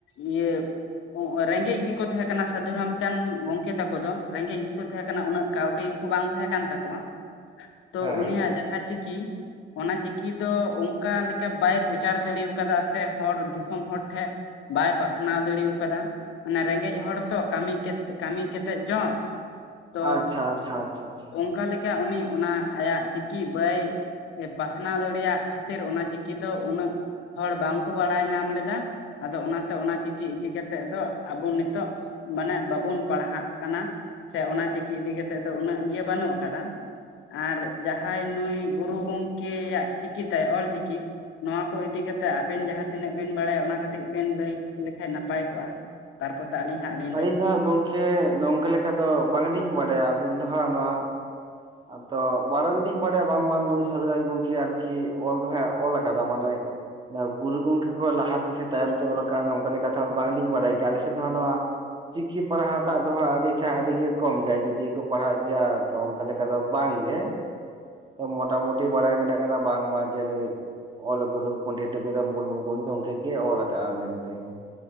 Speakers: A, on the left; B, on the right.
A: ᱤᱭᱟᱹ ᱨᱮᱸᱜᱮᱡ ᱜᱮᱠᱚ ᱛᱟᱦᱮᱸ ᱠᱟᱱᱟ ᱥᱟᱹᱫᱷᱩ ᱨᱟᱢᱪᱟᱸᱫᱽ ᱜᱚᱝᱠᱮ ᱛᱟᱠᱚ ᱫᱚ ᱨᱮᱸᱜᱮᱡ ᱜᱮᱠᱚ ᱛᱟᱦᱮᱸ ᱠᱟᱱᱟ ᱩᱱᱟᱹᱜ ᱠᱟᱹᱣᱰᱤ ᱠᱚ ᱵᱟᱝ ᱛᱟᱦᱮᱸ ᱠᱟᱱ ᱛᱟᱠᱚᱣᱟ ᱛᱚ
B: ᱦᱮᱸ
A: ᱩᱱᱤᱭᱟᱜ ᱡᱟᱦᱟᱸ ᱪᱤᱠᱤ ᱚᱱᱟ ᱪᱤᱠᱤ ᱫᱚ ᱚᱱᱠᱟ ᱞᱮᱠᱟ ᱵᱟᱭ ᱯᱨᱚᱪᱟᱨ ᱫᱟᱲᱮ ᱠᱟᱣᱫᱟ ᱥᱮ ᱦᱚᱲ ᱫᱤᱥᱚᱢ ᱦᱚᱲ ᱴᱷᱮᱱ ᱵᱟᱭ ᱯᱟᱥᱱᱟᱣ ᱫᱟᱲᱮ ᱠᱟᱣᱫᱟ ᱚᱱᱟ ᱨᱮᱸᱜᱮᱡ ᱦᱚᱲ ᱛᱚ ᱠᱟᱹᱢᱤ ᱠᱮᱛ ᱠᱟᱹᱢᱤ ᱠᱟᱛᱮᱜ ᱡᱚᱢ ᱛᱚ
B: ᱟᱪᱪᱷᱟ ᱟᱪᱪᱷᱟ ᱟᱪᱪᱷᱟ ᱟᱪᱪᱷᱟ
A: ᱚᱱᱠᱟ ᱞᱮᱠᱟ ᱩᱱᱤ ᱚᱱᱟ ᱟᱭᱟᱜ ᱪᱤᱠᱤ ᱵᱟᱭ ᱯᱟᱥᱱᱟᱣ ᱫᱟᱲᱮᱭᱟᱜ ᱠᱷᱟᱹᱛᱤᱨ ᱚᱱᱟ ᱪᱤᱠᱤ ᱫᱚ ᱩᱱᱟᱹᱜ ᱦᱚᱲ ᱵᱟᱝ ᱠᱚ ᱵᱟᱲᱟᱭ ᱧᱟᱢ ᱞᱮᱫᱟ ᱟᱫᱚ ᱚᱱᱟᱛᱮ ᱚᱱᱟ ᱪᱤᱠᱤ ᱤᱫᱤ ᱠᱟᱛᱮᱫ ᱫᱚ ᱟᱵᱚ ᱱᱤᱛᱚᱜ ᱢᱟᱱᱮ ᱵᱟᱵᱚᱱ ᱯᱟᱲᱦᱟᱜ ᱠᱟᱱᱟ ᱥᱮ ᱚᱱᱟ ᱪᱤᱠᱤ ᱤᱫᱤ ᱠᱟᱛᱮᱜ ᱫᱚ ᱩᱱᱟᱹᱜ ᱤᱭᱟᱹ ᱵᱟᱹᱱᱩᱜ ᱠᱟᱫᱟ ᱟᱨ ᱡᱟᱦᱟᱸᱭ ᱱᱩᱭ ᱜᱩᱨᱩ ᱜᱚᱝᱠᱮ ᱟᱜ ᱪᱤᱠᱤ ᱛᱟᱭ ᱚᱞᱪᱤᱠᱤ ᱱᱚᱣᱟ ᱠᱚ ᱤᱫᱤᱠᱟ ᱠᱟᱛᱮᱜ ᱟᱵᱮᱱ ᱡᱟᱦᱟᱸ ᱛᱤᱱᱟᱹᱜ ᱵᱤᱱ ᱵᱟᱲᱟᱭᱟ ᱚᱱᱟ ᱠᱟᱹᱴᱤᱡ ᱵᱤᱱ ᱞᱟᱹᱭ ᱞᱮᱠᱷᱟᱱ ᱱᱟᱯᱟᱭ ᱠᱚᱜ-ᱟ ᱛᱟᱨᱯᱚᱨ ᱛᱮ ᱟᱹᱞᱤᱧ ᱦᱟᱸᱜ ᱞᱤᱧ
B: ᱟᱹᱞᱤᱧ ᱫᱚ ᱦᱟᱸᱜ ᱜᱚᱝᱠᱮ ᱱᱚᱝᱠᱟ ᱞᱮᱠᱟ ᱫᱚ ᱵᱟᱝ ᱞᱤᱧ ᱵᱟᱲᱟᱭᱟ ᱟᱫᱚ ᱤᱧ ᱫᱚ ᱦᱟᱸᱜ ᱱᱚᱣᱟ ᱟᱫᱚ ᱵᱟᱲᱟᱭ ᱫᱚᱞᱤᱧ ᱵᱟᱲᱟᱭᱟ ᱵᱟᱝᱢᱟ ᱱᱩᱭ ᱥᱟᱹᱫᱷᱩ ᱨᱟᱭ ᱜᱚᱝᱠᱮ ᱟᱨᱠᱤ ᱚᱞ ᱫᱚ ᱦᱟᱜ ᱚᱞ ᱠᱟᱫᱟ ᱢᱟᱱᱮ ᱱᱚᱣᱟ ᱜᱩᱨᱩ ᱜᱚᱝᱠᱮ ᱠᱷᱚᱡ ᱞᱟᱦᱟ ᱛᱮᱥᱮ ᱛᱟᱭᱚᱢ ᱛᱮ ᱚᱞ ᱠᱟᱜᱼᱟ ᱚᱱᱠᱟ ᱞᱮᱠᱟ ᱛᱮᱦᱚᱸ ᱵᱟᱝ ᱞᱤᱧ ᱵᱟᱲᱟᱭᱟ ᱜᱮ ᱟᱞᱮ ᱥᱮᱫ ᱫᱚ ᱦᱟᱸᱜ ᱱᱚᱣᱟ ᱪᱤᱠᱤ ᱯᱟᱲᱦᱟᱣ ᱛᱟᱜ ᱫᱚ ᱦᱟᱸᱜ ᱟᱹᱰᱤ ᱠᱷᱟᱡ ᱟᱹᱰᱤ ᱜᱮ ᱠᱚᱢ ᱜᱮᱭᱟ ᱡᱩᱫᱤ ᱠᱚ ᱯᱟᱲᱦᱟᱜ ᱜᱮᱭᱟ ᱟᱫᱚ ᱚᱱᱠᱟ ᱞᱮᱠᱟ ᱫᱚ ᱵᱟᱝᱜᱮ ᱢᱚᱴᱟᱢᱩᱴᱤ ᱵᱟᱲᱟᱭ ᱢᱮᱱᱟᱜ ᱠᱟᱫᱟ ᱵᱟᱝ ᱢᱟ ᱡᱮ ᱱᱩᱭ ᱚᱞ ᱜᱩᱨᱩ ᱯᱚᱱᱰᱤᱛ ᱨᱚᱜᱷᱩᱱᱟᱛᱷ ᱢᱩᱨᱢᱩ ᱜᱚᱢᱠᱮ ᱜᱮ ᱚᱞ ᱠᱟᱜᱼᱟ ᱢᱮᱱᱛᱮ